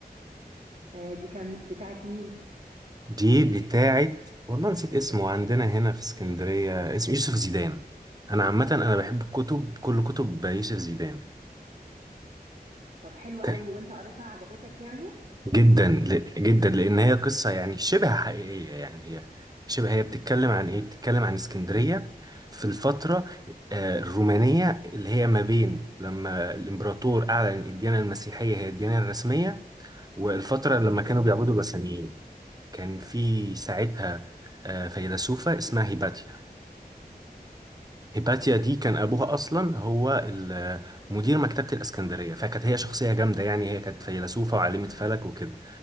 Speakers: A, on the right; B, on the right.
A: آه، دي كان بتاعت مين
B: دي بتاعت والله نسيت اسمه عندنا هنا في اسكندرية اسمه يوسف زيدان أنا عامة أنا بحب الكتب كل كتب يوسف زيدان
A: طب حلو قوي
B: ك-
A: وانت قريتها عجبتك يعني
B: جدا ل- جدا لأن هي قصة يعني شبه حقيقية يعني هي شبه هي بتتكلم عن إيه؟ بتتكلم عن اسكندرية في الفترة آه، الرومانية اللي هي ما بين لما الإمبراطور أعلن الديانة المسيحية هي الديانة الرسمية والفترة لما كانوا بيعبدوا بثانيين كان في ساعتها آه، فيلسوفة اسمها هيباتيا هيباتيا دي كان
A: اه
B: ابوها اصلا هو ال- مدير مكتبه الاسكندريه فكانت هي شخصيه جامده يعني هي كانت فيلسوفه وعالمه فلك وكده